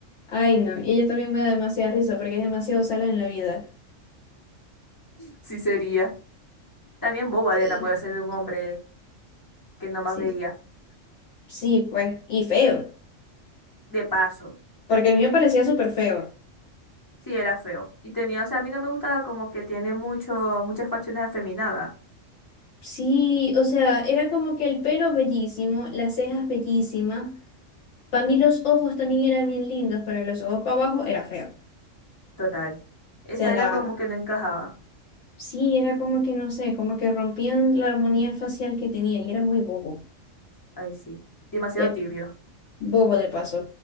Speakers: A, on the left; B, on the left.
A: Ay, no, y ella también me da demasiada risa porque es demasiado sala en la vida.
B: Sí sería. También boba de
A: Eh,
B: enamorarse de un hombre que no más
A: Sí,
B: veía.
A: sí, pues, y feo,
B: De paso.
A: porque a mí me parecía súper feo.
B: Sí, era feo. Y tenía, o sea, a mí no me gustaba como que tiene muchos, muchas facciones afeminadas.
A: Sí, o sea, era como que el pelo bellísimo, las cejas bellísimas. Para mí
B: Ujú.
A: los ojos también eran bien lindos, pero los ojos para abajo era feo. O
B: Total. Esa
A: sea, la...
B: era como que no encajaba.
A: Sí, era como que, no sé, como que rompían la armonía facial que tenía y era muy bobo,
B: Ahí sí. Demasiado
A: de
B: tibio.
A: bobo de paso,